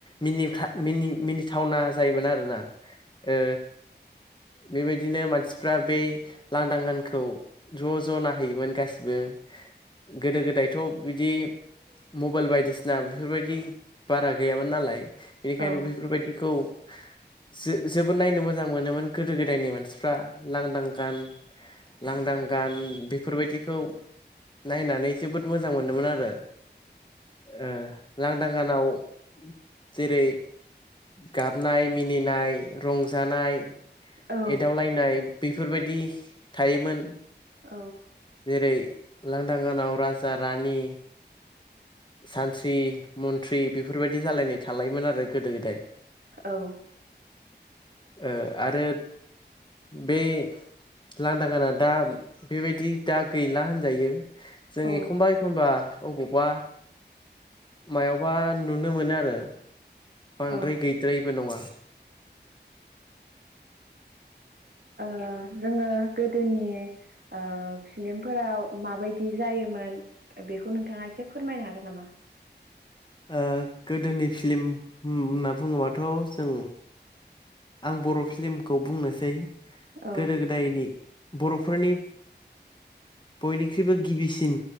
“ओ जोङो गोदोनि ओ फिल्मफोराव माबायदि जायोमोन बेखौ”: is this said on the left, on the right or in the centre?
Right